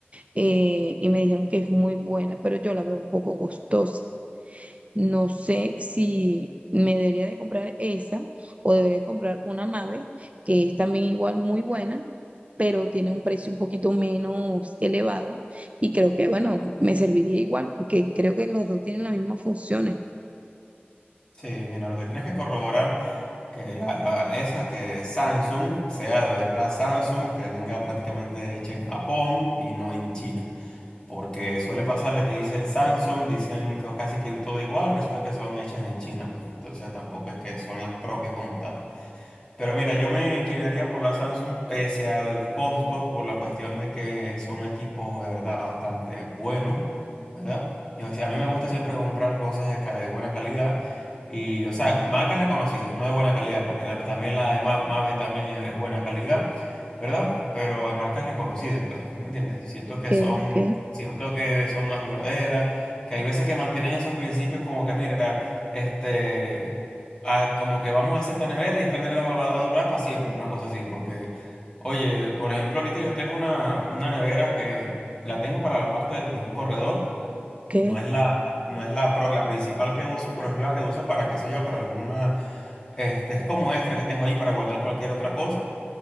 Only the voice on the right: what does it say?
eh, y me dijeron que es muy buena, pero yo la veo un poco costosa. No sé si me debería de comprar esa o debería comprar una Mave, que es también igual muy buena, pero tiene un precio un poquito menos elevado y creo que, bueno, me serviría igual porque creo que los dos tienen las mismas funciones.
Ok,
ok,
ok.